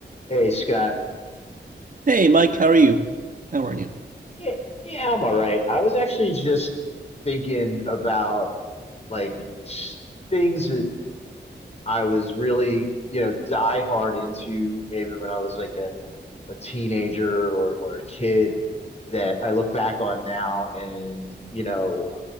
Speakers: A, on the left (about 35°); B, on the right (about 45°).
A: Hey Scott.
B: Hey, Mike, how are you? How are you?
A: Yeah, yeah, I'm all right. I was actually just thinking about like s- things that I was really, you know, die hard into maybe when I was like a, a teenager or or a kid that I look back on now and, you know,